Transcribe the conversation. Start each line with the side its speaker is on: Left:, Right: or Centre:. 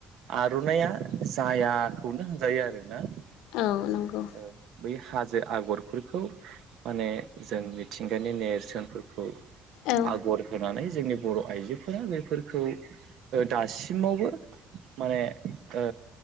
Right: आर'नाइया जायाखौनो होनजायो आरोना।
Left: औ। नंगौ
Right: ओ बै हा जो आगरफोरखौ माने जों मिथिंगानि नेरसोनफोरखौ
Left: औ
Right: आगर हो नानै जोंनि बर' आइजोफोरा बेफोरखौ दासिमावबो माने ओ